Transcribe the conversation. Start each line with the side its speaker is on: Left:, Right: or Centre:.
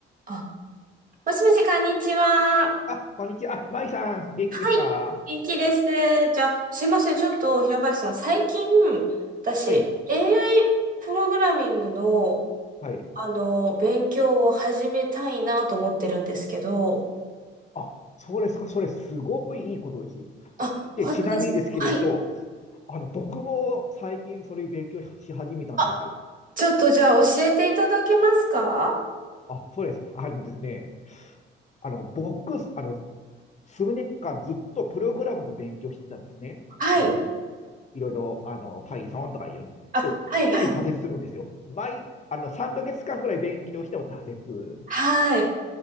Right: あ、もしもし、こんにちは。
Left: あ、こんにちは。あ、まいさん、元気ですか
Right: はい。元気です。じゃあ、すいません。ちょっと、平林さん、最近、私、
Left: はい、
Right: AI プログラミングの、
Left: はい。
Right: あの、勉強を始めたいなと思ってるんですけど、
Left: あ、そうですか。それ、すごいいいことですよ。
Right: あ、
Left: で、
Right: 私、
Left: ちなみにですけれど、
Right: はい。
Left: あの、僕も最近それ勉強し始めたんですよ。
Right: あ、ちょっと、じゃあ、教えていただけますか
Left: あ、そうです。あのですね、あの、僕、あの、数年間ずっとプログラムの勉強してたんですね。
Right: はい。
Left: まず、いろいろ、あの、Python とかいろんな。
Right: あ、
Left: でも、
Right: はい、
Left: 常に挫折するんですよ。
Right: はい。
Left: 毎、あの、3ヶ月間ぐらい勉強しても挫折。
Right: はい。